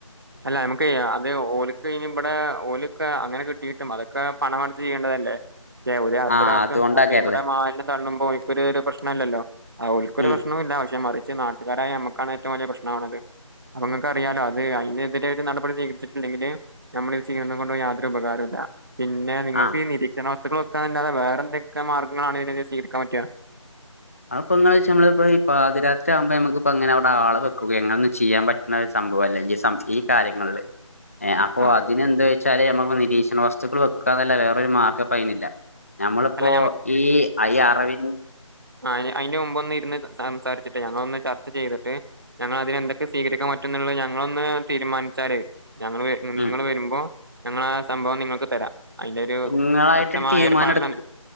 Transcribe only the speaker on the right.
അല്ല ഞമുക്ക് അത് ഓല്ക്ക് ഇവിടെ ഓല്ക്കെ അങ്ങനെ കിട്ടിട്ട് അതൊക്കെ പണമടച്ച് ചെയ്യ്ണ്ടതല്ലേ ക്ഷേ ഒരു അർദ്ധരാത്രി
വന്നാണ്ട് ഇവടെ മാലിനം തള്ളുമ്പോ ഓല്ക്കൊരുരു പ്രശ്നലല്ലോ അ ഒല്ക്കൊരു
പ്രശ്നോം ഇല്ല പക്ഷെ മറിച്ച് നാട്ടുകാരായ നമ്മുക്കാണ് ഏറ്റവും വലിയ പ്രശ്നാവണത്. അപ്പ നിങ്ങക്കറിയാലോ അത് അയിന് <unintelligible> നടപടി സ്വീകച്ചിട്ടുണ്ടെങ്കില് നമ്മളിത് ചെയ്യുന്നുന്നത് കൊണ്ട് യാതൊരുപകാരവും ല്ല പിന്നെ നിങ്ങൾക്ക്
ഈ നിരീക്ഷണ വ <unintelligible> വേറെ എന്തൊക്കെ മാർഗങ്ങളാണ് സ്വീകരിക്കാൻ പറ്റ്യ
ആ,
അല്ല
ആ അയിന്റെ മുമ്പ് ഒന്ന് ഇരുന്ന് സംസാരിച്ചിട്ട് ഞങ്ങളൊന്ന് ചർച്ച ചെയ്തിട്ട് ഞങ്ങള് അതിനെന്തൊക്കെ സ്വീകരിക്കാൻ പറ്റന്നുള്ള ഞങ്ങളൊന്ന് തീരുമാനിച്ചാല് ഞങ്ങള് <unintelligible> നിങ്ങള്
വരുമ്പോ ഞങ്ങള ആ സംഭവം നിങ്ങക്ക് തരാം അയിന്റൊരു
വ്യക്തമായ
ഒരു പഠനം